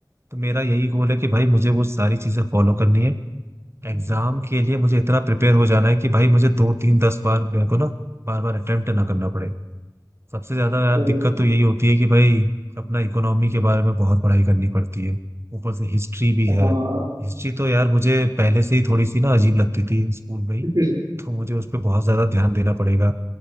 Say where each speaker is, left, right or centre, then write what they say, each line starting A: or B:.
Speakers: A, on the right; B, on the right.
A: तो मेरा यही गोल है कि भाई मुझे वो सारी चीजें फॉलो करनी है
B: हम्म,
A: एग्जाम के लिए मुझे इतना प्रिपेयर हो जाना है कि भाई मुझे दो तीन दस बार मेरे को ना बार बार अटेम्प्ट ना करना पड़े सबसे ज्यादा यार
B: सही
A: दिक्कत
B: है।
A: तो यही होती है कि भाई अपना इकोनॉमी के बारे में बहुत पढ़ाई करनी पड़ती है ऊपर से हिस्ट्री भी है
B: हाँ
A: हिस्ट्री तो यार मुझे पहले से ही थोड़ी सी ना अजीब लगती थी स्कूल में ही
B: <laughs>
A: तो मुझे उस पर बहुत ज्यादा ध्यान देना पड़ेगा